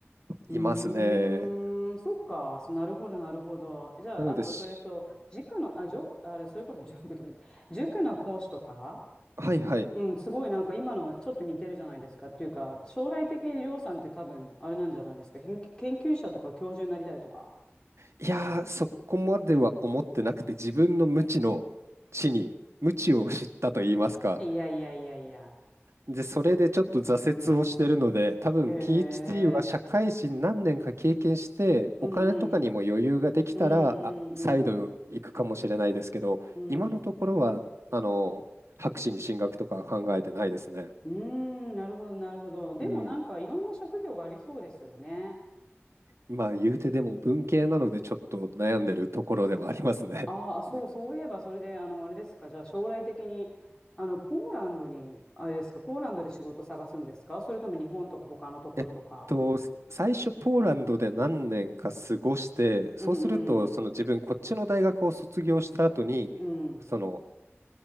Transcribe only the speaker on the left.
うーん、
そっか、そなるほど、なるほど。じゃあ、
あとそれと、塾の、あ、塾、あれ、それこそ塾とか言って、塾の講師とか
うん、すごいなんか今のちょっと似てるじゃないですかっていうか、将来的にりょうさんって多分あれなんじゃないですか。研究研究者とか教授になりたいとか。
いやいやいやいや。
へえ。
うんうん。
うんう
んうんうん。
うん。
うん、なるほどなるほど。でもなんかいろんな職業がありそうですよね。
ああ、そう、
そういえばそれで、あの、あれですか。じゃあ将来的に、あの、ポーランドに、あれですか、ポーランドで仕事探すんですかそれとも日本とか他のところとか。
うんうん。
うん。